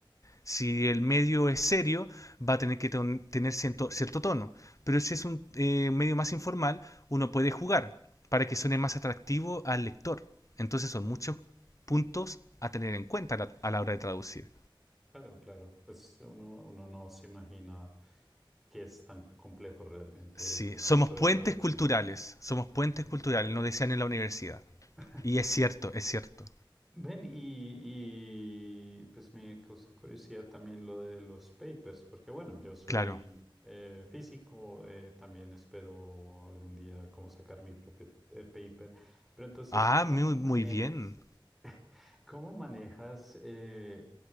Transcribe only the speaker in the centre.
mm,
claro, claro, pues uno, uno no se imagina que es tan complejo realmente
el proceso
de traducción.
Ujú.
<laughs>
Ven, y, y, pues me causa curiosidad también lo de los papers, porque bueno, yo soy
eh, físico, eh, también espero algún día como sacar mi propio eh, paper, pero entonces,
¿cómo
manejas,
<laughs> cómo manejas eh,